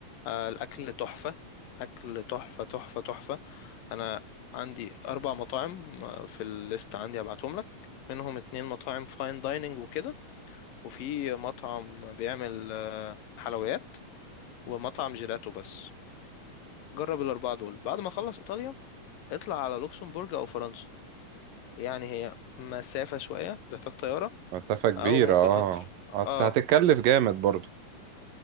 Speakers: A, on the left; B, on the right.
A: آه، الاكل تحفه اكل تحفه تحفه تحفه انا عندي اربع مطاعم آه، في الليست عندي هبعتهم لك منهم اتنين مطاعم فاين دايننج وكده وفي مطعم بيعمل آه، حلويات ومطعم جيلاتو بس جرب الاربعه دول بعد ما اخلص ايطاليا اطلع على لوكسمبورج او فرنسا يعني هي مسافه شويه تحتاج طياره
B: مسافه كبيره
A: او ممكن
B: اه
A: قطر
B: هتس-
A: اه
B: هتتكلف جامد برضو